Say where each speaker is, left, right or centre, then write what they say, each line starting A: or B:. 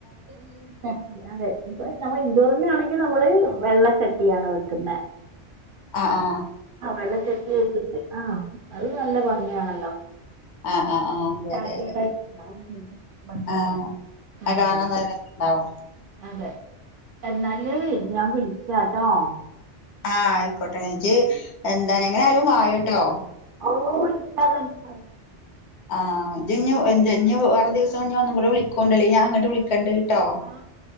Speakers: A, on the right; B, on the left.
A: <unintelligible> നമ്മൾ ഇൻഡോറന്നെയാണെങ്കിൽ നമ്മള് വെള്ളച്ചട്ടിയാണ് വെക്കുന്നെ
B: ആ ആ
A: ആ വെള്ള ചട്ടി വെച്ചിട്ട്. ആ അത് നല്ല ഭംഗിയാണല്ലോ
B: ആഹ് ആഹ് ആഹ് അതെ
A: സ്റ്റാൻഡേർഡ്
B: അതെ അതെ
A: ആയിട്ടുള്ള ഒരു ഭംഗിയാണ്.
B: ആഹ്
A: കാണാനായിട്ട്
B: അത് കാണൻനല്ല ഇത്ണ്ടാവും.
A: അതെ, എന്നാല് ഞാൻ വിളിക്കാ ട്ടോ
B: ആഹ് ആയിക്കോട്ടെ എന്നിറ്റ് എന്താണ് എങ്ങനെ ആയാലും വയോ ട്ടോ
A: ഓ ഇൻ ഷാ അല്ലാഹ് ഇൻ ഷാ അല്ലാഹ്
B: ആഹ് ഇജ്ഞ്ഞു ഇജ്ജിഞ്ഞു വേറെ ദിവസം ഞ്ഞു ഒന്നും കൂടി വിളിക്കെണ്ടുലെ ണ്ടഞാൻ അങ്ങട്ട് വിളിക്കണ്ട് ട്ടോ
A: ഇൻഷാ അല്ലാഹ് ആ